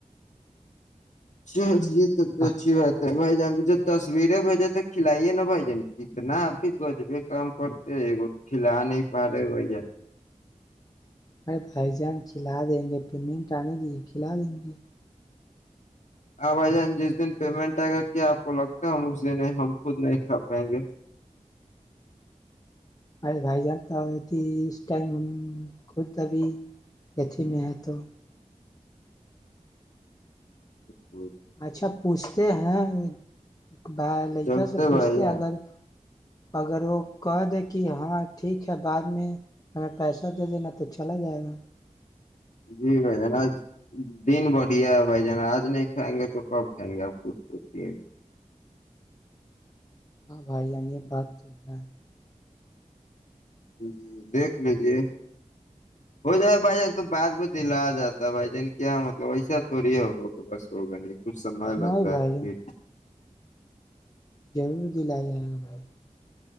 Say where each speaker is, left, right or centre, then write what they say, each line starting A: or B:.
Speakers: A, on the left; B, on the left.
A: ش یہی تو
B: ہے۔ آہ،
A: اچھی بات ہے بائی جان جو تصویریں بھیج تو کھلائیے نہا بھجن کتنا اب بھی گجبے کام کرتے کھلا نہیں پا رہے بھ جن
B: ارے بھائی جان کھلا دیں گے پیمنٹ آنے دیے کھلا دیں گے
A: آپ بائی جان جس دن پیمنٹ آئے گا کیا آپ کو لگتا ہے ہم اس دن ہم خود نہیں کھا پائیں گے
B: ارے بھائی جانتا اتی اس ٹائم ہم خود ابھی اتھی میں ہے تو
A: جی
B: اچھا پوچھتے ہیں ہاں بائی لڑکیوں
A: چلتے
B: سے پوچھتے
A: بھائی جان
B: ہیں اگر اگر وہ کہہ دے کہ ہاں ٹھیک ہے بعد میں ہمیں پیسہ دے دینا تو چلا جائے گا
A: جی بھائی جانا دن بڑھیا ہے بھائی جانا آج نہیں کھائیں گے تو کب کھائیں گے آپ خ سوچے
B: ہاں بھائیب بات تو ہے
A: ج دیکھ لیجے ہو جائے بھائی جان تو بعد میں دل آ جاتا ہے بھائی جان کیا مطلب ایسا تھوڑی ہے ہم لوگ کے بس ہوگنے کچھ سبھال
B: نہیں
A: لگ رہا
B: بھائی
A: ہے
B: جان
A: پھر
B: ضرور دل آ جائے گا بھائی